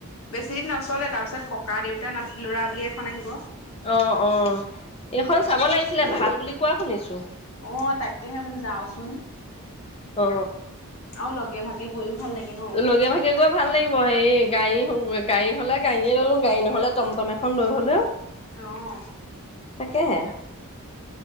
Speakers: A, on the left; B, on the left.
A: বেছি দিন নচলে তাৰ পিছত ককা দেউতা নাটি লৰা বুলি এখন আহিব।
B: অ অ এইখন চাব লাগি ছিলে ভাল বুলি কোৱা শুনিছোঁ
A: অ তাকেহে বোলো যাওঁচোন
B: অ
A: আৰু লগ লগে ভাগে গৈও ভাল লাগে ন।
B: লগে ভাগে গৈ ভাল লাগিব হে গায়ী গাড়ী হ'লে গাড়ীয়ে ললো গাড়ী নহ'লে টমটম এখন লৈ হ'লেও
A: অহ
B: তাকেহে